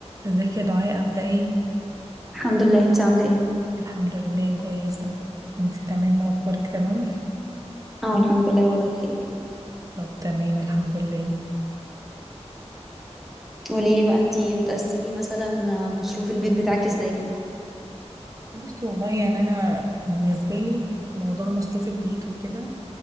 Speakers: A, on the right (about 30°); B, in the centre.
A: ازيك يا دعاء عاملة ايه؟
B: الحمد لله انت عامله ايه
A: الحمد لله كويسة انتي تمام واخبارك تمام؟
B: اه الحمد لله والله بخير
A: طب تمام الحمد لله
B: قولي لي بقى انت بتقسمي مثلا مصروف البيت بتاعك ازاي
A: بصي والله يعني انا بالنسبة لي موضوع مصروف البيت وكده